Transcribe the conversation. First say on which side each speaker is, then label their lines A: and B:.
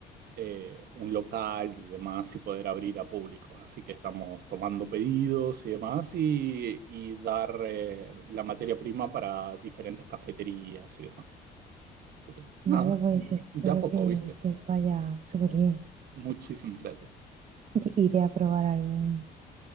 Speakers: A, on the right (about 65°); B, on the right (about 45°).
A: eh, un local y demás y poder abrir a público. Así que estamos tomando pedidos y demás y, y dar eh, la materia prima para diferentes cafeterías y demás. Así que, nada,
B: Vaya, pues espero
A: de a poco,
B: que,
A: ¿viste?
B: que os vaya súper bien.
A: Muchísimas gracias.
B: I- Iré a probar algún,